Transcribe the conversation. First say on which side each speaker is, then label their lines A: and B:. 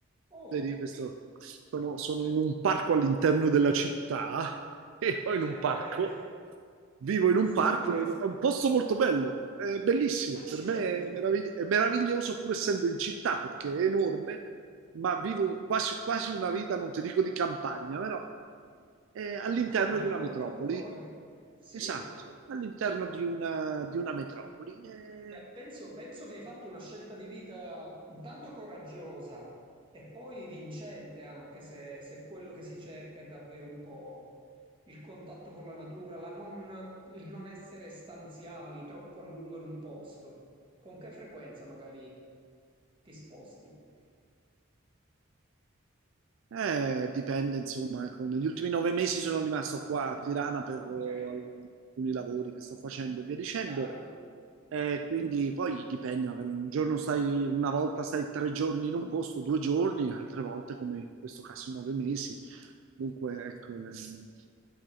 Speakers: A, on the right; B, on the right.
A: Oh,
B: vedi, questo sono, sono in un parco all'interno della città ero in
A: beh,
B: un parco,
A: eh,
B: vivo in un
A: sembri...
B: parco, è un posto molto bello, è bellissimo,
A: Accidenti.
B: per me è, meravigli- è meraviglioso pur essendo in città perché è enorme, ma vivo quasi, quasi una vita, non ti dico di campagna, però è all'interno
A: Bucolica,
B: di una metropoli,
A: un po' bucolica. Sì.
B: esatto, all'interno di una, di una metropoli. è-
A: Beh, penso, penso che hai fatto una scelta di vita intanto coraggiosa e poi vincente, anche se, se quello che si cerca è davvero un po' il contatto con la natura, la non- il non essere stanziali troppo a lungo in un posto. Con che frequenza magari ti sposti?
B: Eh, dipende, insomma, ecco, negli ultimi nove mesi sono rimasto qua a Tirana per
A: Ok,
B: eh, alcuni lavori che sto facendo e via dicendo.
A: chiaro.
B: Eh, quindi poi dipende, magari un giorno stai, una volta stai tre giorni in un posto, due giorni, altre volte, come in questo caso, nove mesi. Dunque, ecco, ehm,